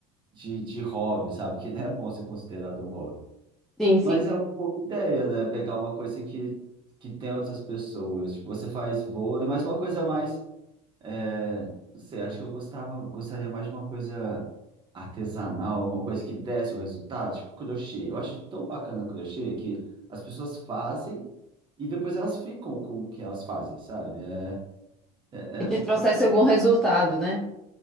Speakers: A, on the right; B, in the centre.
A: de, de hobby, sabe? Que não é bom ser considerado um hobby.
B: Sim, sim.
A: Mas é uma boa ideia, né? Pegar uma coisa que, que tem outras pessoas. Tipo, você faz vôlei, mas uma coisa mais é, não sei, acho que eu gostava, gostaria mais de uma coisa artesanal, alguma coisa que desse o resultado, tipo crochê. Eu acho tão bacana crochê que as pessoas fazem e depois elas ficam com o que elas fazem, sabe? É, é,
B: E te
A: é muito
B: trouxesse
A: bacana.
B: algum resultado, né?